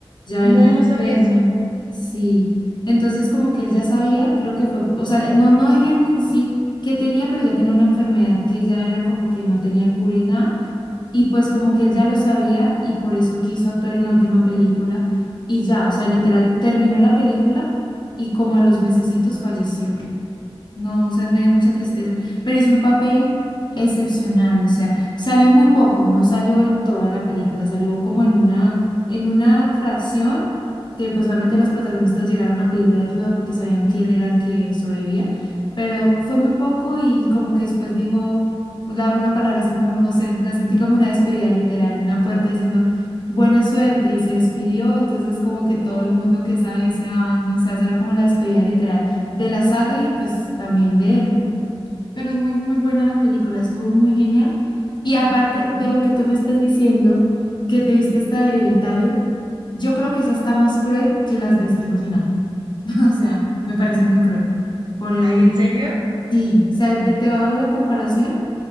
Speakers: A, on the left; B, on the right.
A: ya venía
B: No, no sabía
A: enfermo,
B: eso.
A: sí. Entonces como que él ya sabía, creo que fue, o sea, no, no dijeron en sí que tenía, pero ya tenía una enfermedad que ya era como que no tenía cura y nada. Y pues como que él ya lo sabía y por eso quiso actuar en la última película y ya, o sea, literal, terminó la película y como a los mesecitos falleció. No, o sea, me dio mucha tristeza, pero hizo un papel excepcional, o sea, salió muy poco, no salió en toda la película, salió como en una, en una fracción que pues solamente los protagonistas llegaron a pedirle ayuda porque sabían que él era el que sobrevivía, pero fue muy poco y como que después dijo la- una palabra así como, no sé, la sentí como una despedida literal, una puerta diciendo buena suerte y se despidió, entonces como que todo el mundo que sabe dice, ay, no, o sea, esa era como la despedida literal de la saga y pues también de él, ¿no? Pero es muy, muy buena la película, estuvo muy genial. Y aparte de lo que tú me estás diciendo, que te viste esta de Hereditario, yo creo que esa está más cruel que las de Destino Final. <laughs> O sea, me parece muy cruel. Por el,
B: Ay, ¿en serio?
A: sí, o sea, de- te hago la comparación